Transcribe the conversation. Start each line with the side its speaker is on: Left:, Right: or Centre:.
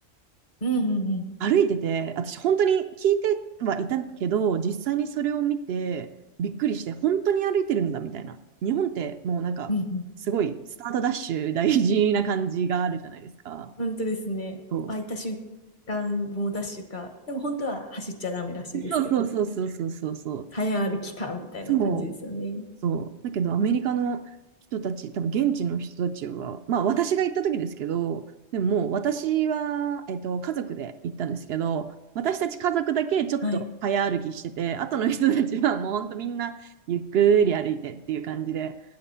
Left: うんうんうん。
Right: 歩いてて、私本当に聞いてはいたけど、実際にそれを見てびっくりして、本当に歩いてるんだみたいな。日本ってもうなんか、
Left: うんうん
Right: すごいスタートダッシュ大事な感じがあるじゃないですか。
Left: 本当ですね。
Right: そう
Left: 空いた瞬間、猛ダッシュか。でも本当は走っちゃダメらしいですけど、
Right: そうそうそうそうそうそう。
Left: 早歩きか、みたいな感じですよね。
Right: そうそう。だけど、アメリカの人たち、多分現地の人たちは、まあ私が行った時ですけど、でももう私は、えっと、家族で行ったんですけど、私たち家族だけちょっと早歩きしてて、
Left: はい。
Right: 後の人たちはもうほんとみんなゆっくり歩いてっていう感じで、